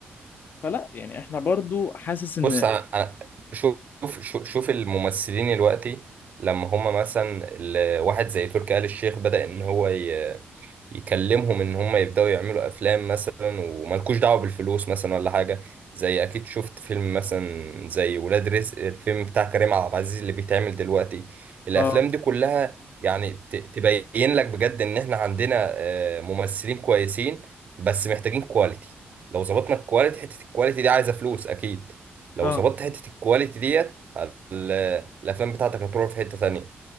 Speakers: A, on the left (about 45°); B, on the right (about 40°).
A: فلا يعني احنا برضو حاسس ان
B: بص انا أنا- شوف شوف شوف الممثلين دلوقتي لما هم مثلا ال- واحد زي تركي آل الشيخ بدأ ان هو ي- يكلمهم ان هم يبداوا يعملوا افلام مثلا وملكوش دعوه بالفلوس مثلا ولا حاجه زي اكيد شفت فيلم مثلا زي ولاد رزق الفيلم بتاع كريم عبد العزيز اللي بيتعمل دلوقتي الافلام
A: اه
B: دي كلها يعني ت- تبين لك بجد ان احنا عندنا آه، ممثلين كويسين بس محتاجين كواليتي لو ظبطنا الكواليتي حته الكواليتي دي عايزه فلوس اكيد لو
A: اه
B: ظبطت حته الكواليتي ديت ال- الافلام بتاعتك هتروح في حته تانية